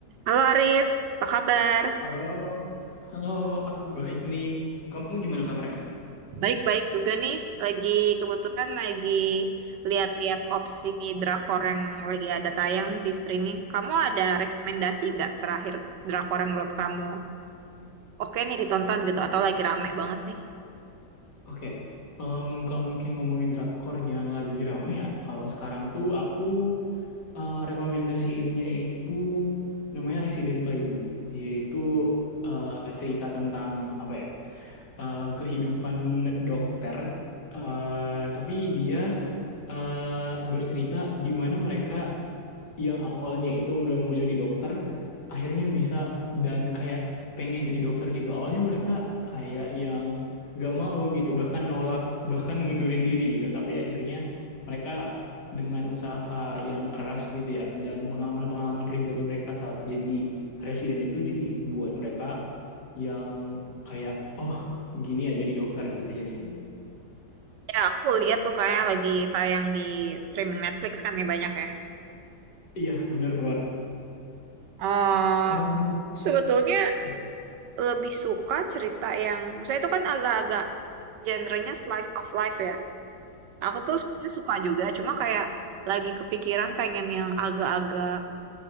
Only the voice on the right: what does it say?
Halo Arif, apa kabar?
Baik-baik juga nih. Lagi kebetulan lagi lihat-lihat opsi drakor yang lagi ada tayang nih di streaming. Kamu ada rekomendasi nggak terakhir drakor yang menurut kamu oke nih ditonton gitu atau lagi rame banget nih?
Ya aku lihat tuh kayak lagi tayang di streaming Netflix kan ya banyak ya.
Eh
sebetulnya
lebih suka cerita yang, saya itu kan agak-agak genrenya slice of life ya. Aku tuh sebenarnya suka juga, cuma kayak lagi kepikiran pengen yang agak-agak